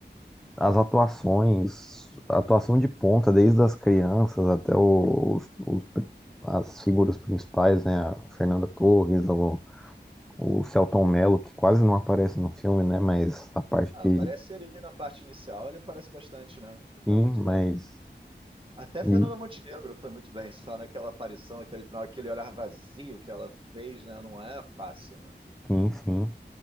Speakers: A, in the centre; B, on the right.
A: As atuações, a atuação de ponta, desde as crianças até os, os- as figuras principais, né? A Fernanda Torres, o, o Selton Mello, que quase não aparece no filme, né? Mas a parte
B: Ah,
A: que
B: aparece ele na parte inicial, ele aparece bastante, né? E foi
A: sim,
B: muito
A: mas.
B: bem. Até
A: E,
B: Fernanda Montenegro foi muito bem, só naquela aparição, aquele final, aquele olhar vazio que ela fez, né? Não é fácil, né?
A: enfim,